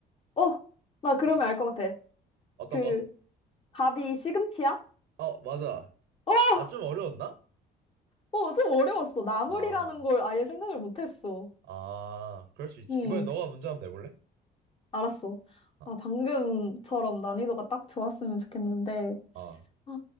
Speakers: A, on the left; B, on the right.
A: 어, 나 그러면
B: 딱
A: 알 것 같아.
B: 어떤
A: 그,
B: 거?
A: 답이 시금치야?
B: 어, 맞아.
A: 어!
B: 아, 좀 어려웠나?
A: 어, 좀 어려웠어. 나물이라는
B: 아,
A: 걸 아예 생각을 못했어.
B: 아, 그럴 수 있지.
A: 음,
B: 이번에 너가 문제 한번 내볼래?
A: 알았어.
B: 아,
A: 아, 방금처럼 난이도가 딱 좋았으면 좋겠는데.
B: 아,
A: 아,